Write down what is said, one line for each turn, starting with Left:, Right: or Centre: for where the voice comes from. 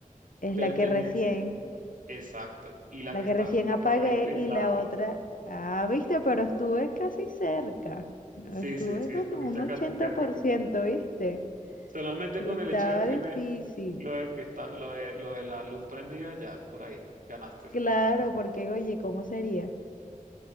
Left: Es
Right: pertenece.
Left: la que recién,
Right: Exacto. Y la
Left: la
Right: que está
Left: que recién apagué
Right: apagada y fría
Left: y
Right: es la
Left: la
Right: otra.
Left: otra, ah, viste, pero estuve casi cerca. No,
Right: Sí,
Left: Estuve
Right: sí, sí,
Left: como
Right: estuviste
Left: un ochenta
Right: casi cerca.
Left: por ciento, ¿viste?
Right: Solamente
Left: Y
Right: con
Left: estaba
Right: el hecho de decirme
Left: difícil.
Right: lo de que está, lo de, lo de la luz prendida, ya, por ahí, ganaste.
Left: Claro, porque oye, ¿cómo sería?